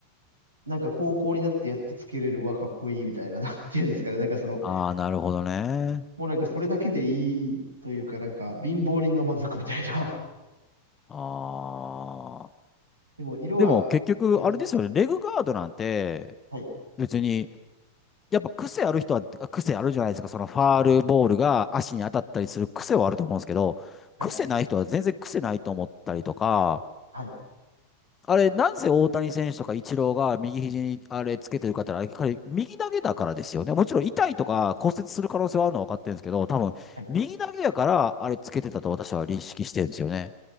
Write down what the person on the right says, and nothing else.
なんか高校になってやっとつけれるわ、かっこいいみたいな、なんていうんですかね。なんかその、
もうなんかそれだけでいいというか、なんか貧乏人の満足みたいな。
<laughs> でも色は使えない。
はい、
はい、
はい、
はい。い